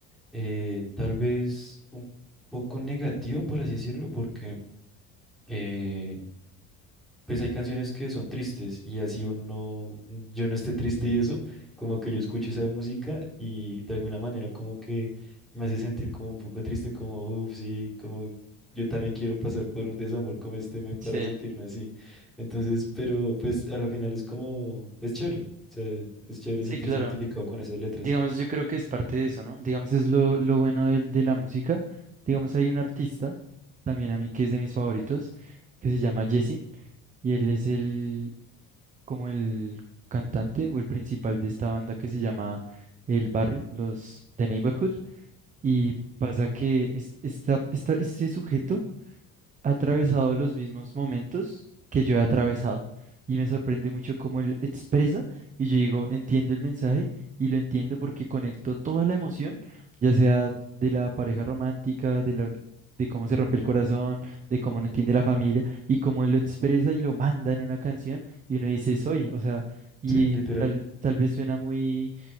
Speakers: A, in the centre; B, on the right.
A: eh, tal vez un poco negativo, por así decirlo, porque eh, pues hay canciones que son tristes y así uno, yo no esté triste y eso, como que yo escucho esa música y de alguna manera como que me hace sentir como un poco triste, como, uff, sí, como yo también quiero pasar por un desamor como este men para
B: Sí,
A: sentirme así. Entonces, pero pues a la final es como, es chévere, o sea, es chévere
B: sí,
A: sentirse
B: claro.
A: identificado con esas letras.
B: Digamos, yo creo que es parte de eso, ¿no? Digamos, es lo, lo bueno de, de la música. Digamos, hay un artista, también a mí, que es de mis favoritos, que se llama Jesse, y él es el, como el cantante o el principal de esta banda que se llama El Barrio, los The Neighborhood, y
A: Ujú,
B: pasa que es- esta- esta- este sujeto ha atravesado los mismos momentos que yo he atravesado. Y me sorprende mucho cómo él expresa y yo digo, entiendo el mensaje y lo entiendo porque conecto toda la emoción, ya sea de la pareja romántica, de la, de cómo se rompe el corazón, de cómo no entiende la familia y cómo él lo expresa y lo manda en una canción y uno dice, soy, o sea, y
A: Sí, literal.
B: tal, tal vez suena muy